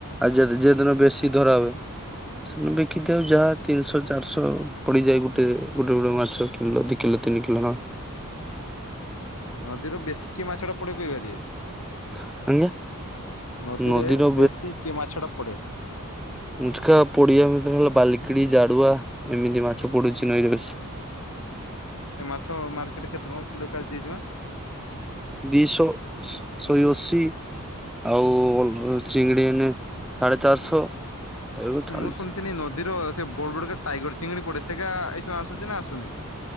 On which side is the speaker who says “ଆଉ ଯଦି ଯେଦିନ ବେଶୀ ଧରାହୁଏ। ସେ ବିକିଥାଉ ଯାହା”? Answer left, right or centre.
Centre